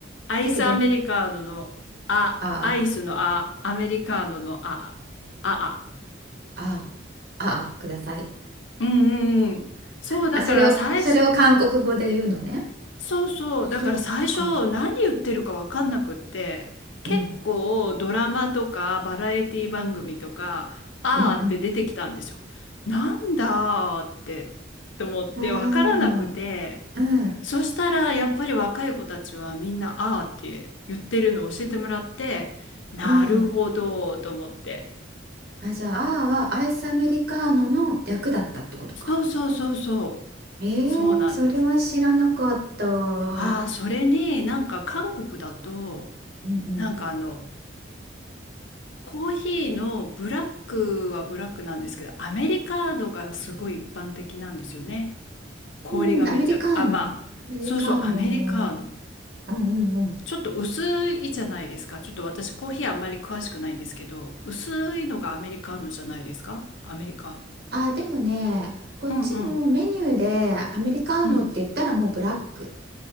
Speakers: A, on the left; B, on the right.
A: アイスアメリカーノのあ、
B: だけど、あ
A: アイスのあ、アメリカーノのあ、あ、あ。
B: あ、ああ、ああ、ください。
A: うんうんうん。そう、だから最初、
B: あ、それを、それを韓国語で言うのね。
A: そうそう。
B: そうか。
A: だから最初何言ってるかわかんなくって、結構ドラマとかバラエティ番組とか、
B: うん。
A: あーって出てきたんですよ。
B: うんうん。
A: なんだーって、と思ってわからなくて、
B: うーん。うん。
A: そしたらやっぱり若い子たちはみんなあーって言ってるのを教えてもらって、なるほどーと思って。
B: うん。あ、じゃあ、あーはアイスアメリカーノの略だったってことか。
A: そうそうそうそう。
B: えー、
A: そうなんです。
B: それは知らなかった。う
A: ああ、
B: ん
A: それになんか韓国だと、
B: うん。
A: なんかあの、コーヒーのブラックはブラックなんですけど、アメリカードがすごい一般的なんですよね。氷がめっちゃ、
B: うん、アメリカーノ。
A: あ、まあ、
B: アメリカーノ。
A: そうそう、アメリカーノ。
B: うんうんうん。
A: ちょっと薄いじゃないですか。ちょっと私、コーヒーあんまり詳しくないんですけど、薄いのがアメリカーノじゃないですか。アメリカーノ。
B: あ、でもね、こっちもメニューでアメリカーノって言ったらもうブラック
A: うんうんうん。